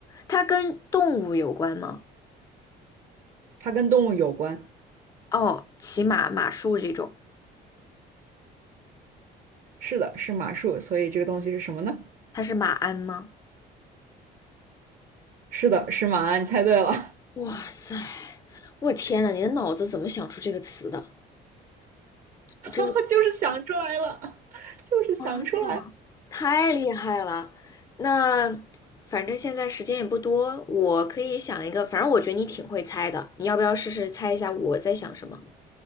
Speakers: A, on the left; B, on the right.
A: 它跟动物有关吗？
B: 它跟动物有关。
A: 哦，骑马、马术这种，
B: 是的，是马术，所以这个东西是什么呢？
A: 它是马鞍吗？
B: 是的，是马，你猜对了，
A: 哇塞，我天呐，你的脑子怎么想出这个词的？
B: <laughs>
A: 真
B: 就是想出来了，<laughs> 就是想出来了。
A: 妈呀，太厉害了！那反正现在时间也不多，我可以想一个，反正我觉得你挺会猜的，你要不要试试猜一下我在想什么？